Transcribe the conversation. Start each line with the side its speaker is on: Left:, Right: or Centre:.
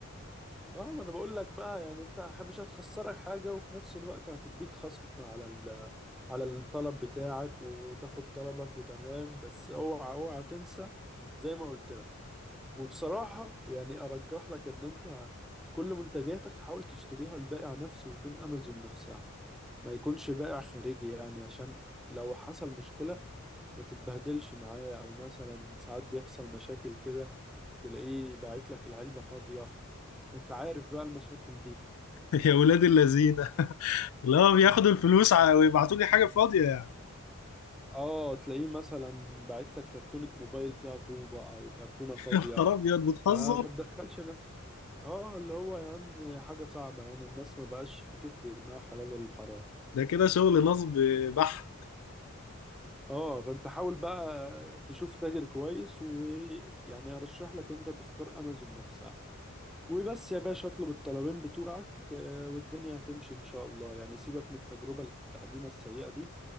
Centre: اه ما انا بقول لك بقى يعني انت ح- مش هتخسرك حاجه وفي نفس الوقت هتديك خصم على ال- على الطلب بتاعك وتاخد طلبك وتمام بس اوعى اوعى تنسى زي ما قلت لك وبصراحه يعني ارجح لك ان انت كل منتجاتك حاول تشتريها البائع نفسه يكون امازون نفسها ما يكونش بائع خارجي يعني عشان لو حصل مشكلة ما تتبهدلش معايا او مثلا ساعات بيحصل مشاكل كده تلاقيه باعت لك العلبة فاضية انت عارف بقى المشاكل دي
Left: <laughs> يا ولاد اللذينه لا بياخدوا الفلوس ع- ويبعتوا لي حاجة فاضية يعني
Centre: اه تلاقيه مثلا باعت لك كرتونة موبايل فيها طوبة او كرتونة فاضية
Left: نهار ابيض بتهزر
Centre: فما تدخلش نفسك اه اللي هو يا عم حاجة صعبة يعني الناس ما بقاش بتفرق ما حلال ولا حرام
Left: ده كده شغل نصب بحت
Centre: اه فانت حاول بقى تشوف تاجر كويس ويعني ارشح لك انت تختار امازون نفسها وبس يا باشا اطلب الطلبين بتوعك آه، والدنيا هتمشي ان شاء الله يعني سيبك من التجربة القديمة السيئة دي